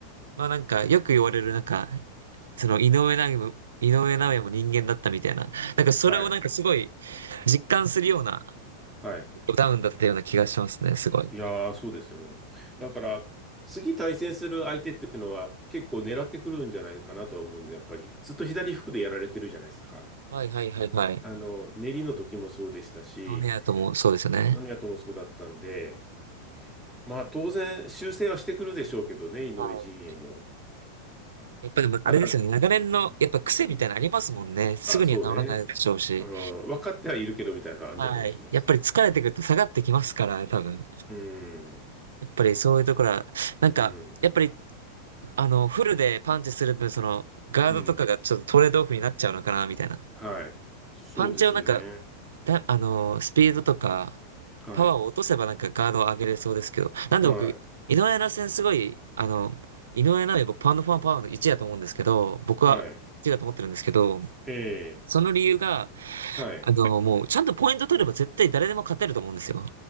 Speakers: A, on the right; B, in the centre.
A: まあなんか、よく言われるなんか、その井上尚弥も、井上尚弥も人間だったみたいな。なんかそれをなんかすごい
B: はい。
A: 実感するような
B: はい。
A: ダウンだったような気がしますね、すごい。
B: いやー、そうですよね。だから、次対戦する相手っていうのは結構狙ってくるんじゃないかなとは思うんで、やっぱり、ずっと左服でやられてるじゃないですか。
A: はいはいはいはい。
B: あの、練りの時もそうでしたし、
A: ドネアともそうですよね。
B: ノニアともそうだったんで、まあ当然修正はしてくるでしょうけどね、井上陣営も。
A: はい。やっぱでもあれですよね、
B: ただ、う
A: 長年のやっぱ癖みたいなのありますもんね。
B: ん。うん。
A: すぐには治らないでしょうし。
B: あ、そうね。うん。分かってはいるけどみたいなのがあるのかもしれないですよ。
A: はい。やっぱり疲れてくると下がってきますからね、多分。
B: うん。
A: やっぱりそういうところは、なんか、
B: うん。
A: やっぱり、あの、フルでパンチする分、その、ガードとかがちょっとトレードオフになっちゃうのかな、
B: うん。
A: みたいな。
B: はい。そうですね。
A: パンチをなんか、だ、あの、スピードとか、
B: はい。
A: パワーを落とせばなんかガードを上げれそうですけど、なんで僕、
B: はい。
A: 井上奈戦すごい、あの、井上尚弥僕、パウンドファンパワーの1だと思うんですけど、僕は1だと思ってるんですけど、
B: はい。ええ。
A: その理由が、
B: はい。
A: あの、もう、ちゃんとポイント取れば絶対誰でも勝てると思うんですよ。